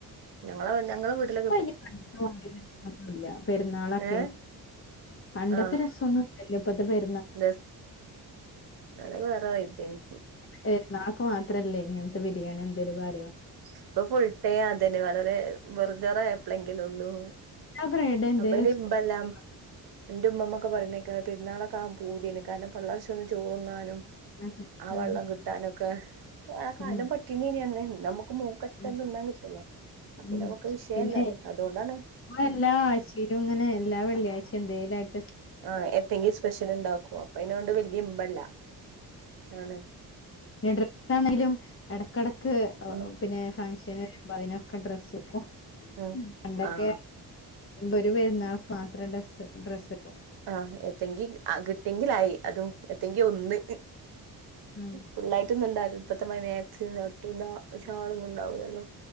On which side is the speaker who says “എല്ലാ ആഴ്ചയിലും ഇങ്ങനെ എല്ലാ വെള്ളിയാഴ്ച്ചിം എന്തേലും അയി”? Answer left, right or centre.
Left